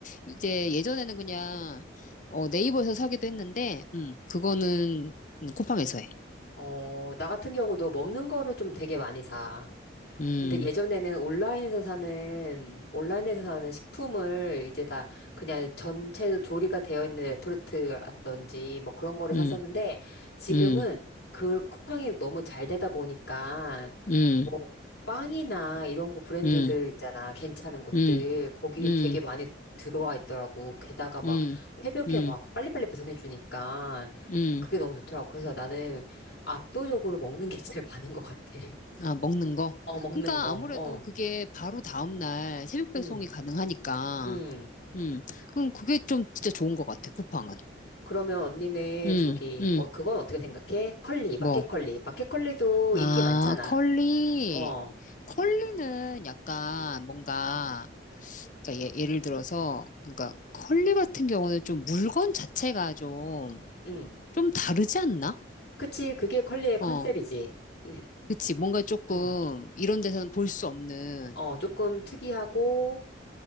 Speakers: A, on the left; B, on the left.
A: 이제 예전에는 그냥 어, 네이버에서 사기도 했는데, 음, 그거는 음, 쿠팡에서 해.
B: 어, 나 같은 경우도 먹는 거를 좀 되게 많이 사.
A: 음,
B: 근데 예전에는 온라인에서 사는, 온라인에서 사는 식품을 이제 다 그냥 전체 조리가 되어 있는 레토르트라든지 뭐 그런 거를
A: 음,
B: 샀었는데 지금은
A: 음,
B: 그 쿠팡이 너무 잘 되다 보니까
A: 음,
B: 뭐 빵이나 이런 거 브랜드들
A: 음,
B: 있잖아. 괜찮은 것들.
A: 음,
B: 거기
A: 음,
B: 되게 많이 들어와 있더라고. 게다가 막
A: 음,
B: 새벽에
A: 음, 음.
B: 막 빨리빨리 배송해 주니까
A: 음.
B: 그게 너무 좋더라고. 그래서 나는 압도적으로 먹는 게 제일 <laughs> 많은 것 같아. <laughs>
A: 아, 먹는 거?
B: 어, 먹는
A: 그러니까
B: 거.
A: 아무래도
B: 어.
A: 그게 바로 다음날 새벽 배송이
B: 음,
A: 가능하니까,
B: 음.
A: 음, 그럼 그게 좀 진짜 좋은 것 같아, 쿠팡은.
B: 그러면 언니는
A: 음,
B: 저기,
A: 음,
B: 어, 그건 어떻게 생각해? 컬리, 마켓
A: 뭐,
B: 컬리. 마켓 컬리도
A: 아,
B: 인기 많잖아.
A: 컬리,
B: 어,
A: 컬리는 약간
B: 음.
A: 뭔가, 그러니까 예, 예를 들어서, 그러니까 컬리 같은 경우는 좀 물건 자체가 좀,
B: 음.
A: 좀 다르지 않나?
B: 그치, 그게 컬리의 컨셉이지.
A: 어,
B: <clears throat>
A: 그치, 뭔가 조금
B: 음.
A: 이런 데서는 볼 수 없는,
B: 어, 조금 특이하고,